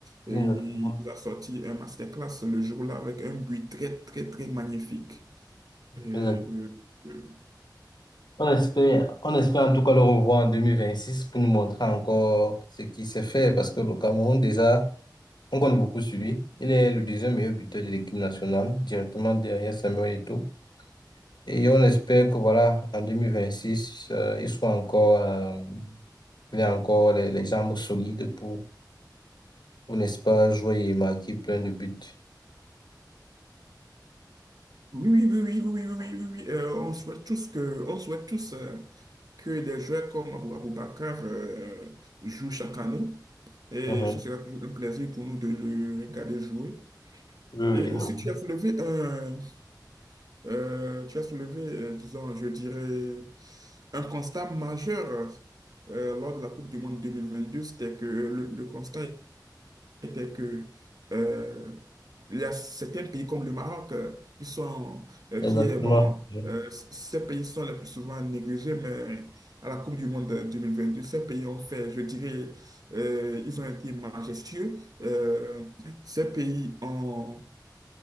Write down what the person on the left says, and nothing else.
Exactement.
Exact.
On espère, on espère en tout cas le revoir en 2026 pour nous montrer encore ce qui s'est fait. Parce que le Cameroun, déjà, on compte beaucoup sur lui. Il est le deuxième meilleur buteur de l'équipe nationale, directement derrière Samuel Eto'o. Et on espère que voilà, en 2026, euh, ils soient encore, euh, il ait encore les, les jambes solides pour, pour, n'est-ce pas, jouer et marquer plein de buts.
Mhm.
Oui, oui,
ça va.
Exactement.
Mhm.